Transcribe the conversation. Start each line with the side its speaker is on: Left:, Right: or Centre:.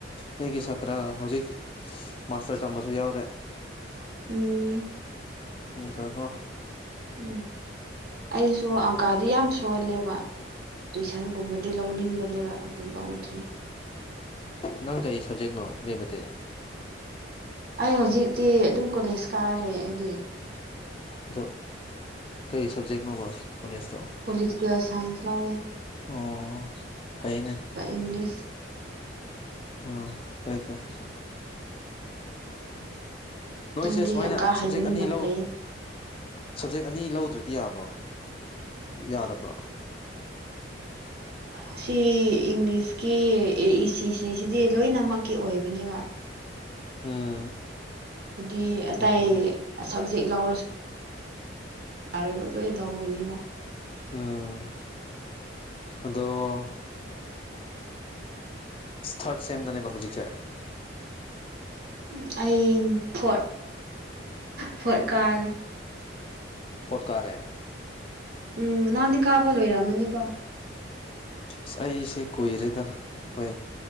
Left: ꯑꯩꯒꯤ ꯁꯥꯇ꯭ꯔ ꯍꯧꯖꯤꯛ ꯃꯥꯁꯇꯔ ꯇꯝꯕꯁꯨ ꯌꯥꯎꯔꯦ
Right: ꯎꯝ
Left: ꯑꯣꯣꯡꯀꯀꯣ
Right: ꯎꯝ ꯑꯩꯁꯨ ꯑꯪꯀꯥꯗꯤ ꯌꯥꯝ ꯁꯣꯜꯂꯦꯕ ꯇꯨꯏꯁꯟꯒꯨꯝꯕꯗꯤ ꯂꯧꯅꯤꯡꯕꯅꯦꯕ ꯑꯗꯨ ꯂꯧꯗ꯭ꯔꯦ
Left: ꯅꯪ ꯀꯔꯤ ꯁꯕꯖꯦꯛꯅꯣ ꯏꯕꯦꯝꯕꯗꯤ
Right: ꯑꯩ ꯍꯧꯖꯤꯛꯇꯤ ꯑꯗꯨꯝ ꯀꯣꯂꯦꯖ ꯀꯥꯔꯦ ꯑꯩꯗꯤ
Left: ꯑꯗꯣ ꯀꯔꯤ ꯁꯕꯖꯦꯛꯅꯣꯕ ꯀꯣꯂꯦꯖꯇꯣ
Right: ꯄꯣꯂꯤꯇꯀꯦꯜ ꯁꯥꯏꯟꯁ ꯂꯋꯦ
Left: ꯑꯣ ꯐꯩꯅꯦ
Right: ꯏꯪꯂꯤꯁ
Left: ꯎꯝ ꯐꯦ ꯐꯔꯦ ꯅꯣꯏꯁꯦ
Right: ꯅꯪꯗꯤ
Left: ꯁꯨꯃꯥꯏꯅ
Right: ꯑꯪꯀꯥ ꯍꯩꯕꯅꯤꯅ
Left: ꯁꯞꯖꯦꯛ ꯑꯅꯤ ꯂꯧ
Right: ꯐꯩꯌꯦ
Left: ꯁꯞꯖꯦꯛ ꯑꯅꯤ ꯂꯧꯗ꯭ꯔꯗꯤ ꯌꯥꯕ꯭ꯔꯣ ꯌꯥꯗꯕ꯭ꯔꯣ
Right: ꯑꯁꯤ ꯏꯪꯂꯤꯁꯀꯤ ꯑꯦ ꯏ ꯁꯤꯁꯤꯗꯤ ꯂꯣꯏꯅꯃꯛꯀꯤ ꯑꯣꯏꯕꯅꯦꯕ
Left: ꯎꯝ
Right: ꯍꯥꯗꯤ ꯑꯇꯩ
Left: ꯑꯣ
Right: ꯁꯞꯖꯦꯛ ꯂꯧꯔꯁꯨ ꯑꯔꯣꯏꯕ ꯂꯣꯏ ꯂꯧꯒꯅꯦꯕ
Left: ꯎꯝ ꯑꯗꯣ ꯊꯥꯔꯠ ꯁꯦꯝꯗꯅꯦꯕ ꯍꯧꯖꯤꯛꯁꯦ
Right: ꯎ ꯑꯩ ꯐ ꯐꯣꯔꯠ ꯀꯥꯔꯦ
Left: ꯐꯣꯠꯀꯥꯔꯦ
Right: ꯎꯝ ꯅꯥꯟꯗꯤ ꯀꯥꯕꯜ ꯑꯣꯏꯔꯝꯃꯅꯤꯀꯣ
Left: ꯑꯁ ꯑꯩꯁꯦ ꯀꯨꯏꯔꯦꯗ ꯍꯣꯏ